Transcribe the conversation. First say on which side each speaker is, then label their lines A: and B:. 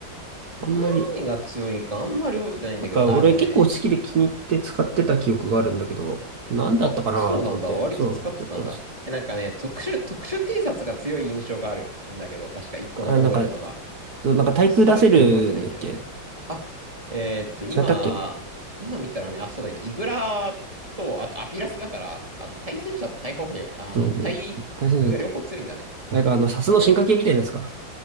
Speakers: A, on the right (about 15°); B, on the right (about 50°).
A: 何が強いかあんまり覚えてないんだけど。
B: あんまり、なんか俺結構好きで気に入って使ってた記憶があるんだけど、
A: あ、でもね。
B: 何だったかなと思って、
A: あ、そうなんだ。割と使ってたんだ。
B: そう、結構、
A: え、なんかね、特殊、特殊 T シャツが強い印象があるんだけど、確か一個の覚えてんのが。
B: あ、なんか、そう、なんか対空出せるんだっけ
A: それ以外覚えてないんだよね。あ、えーっと、今、
B: 違ったっけ
A: 今見たらね、あ、そうだね。イグラと、あとアピラスだから、あの、対戦車と対砲兵が、あの、
B: そう、
A: 対空が両方強いんだね。
B: 対戦じゃった。あれかあの、サスの進化系みたいなやつか。